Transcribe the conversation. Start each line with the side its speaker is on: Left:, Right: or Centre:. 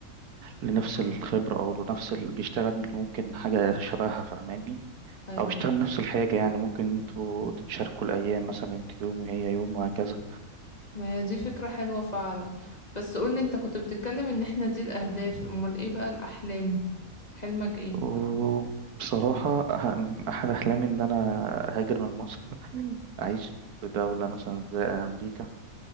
Right: لنفس الخبرة أو لنفس ال... بيشتغل ممكن حاجة شبهها فاهماني
Left: ايوه
Right: أو بيشتغل نفس الحاجة يعني ممكن انتوا تتشاركوا الأيام مثلا انت يوم وهي يوم وهكذا
Left: ما هي دي فكرة حلوة فعلا بس قولي انت كنت بتتكلم ان احنا دي الأهداف امال ايه بقى الأحلام حلمك ايه
Right: وبصراحة أهم- أحد أحلامي إن أنا أهاجر من مصر <laughs> أعيش في دولة مثلا زي أمريكا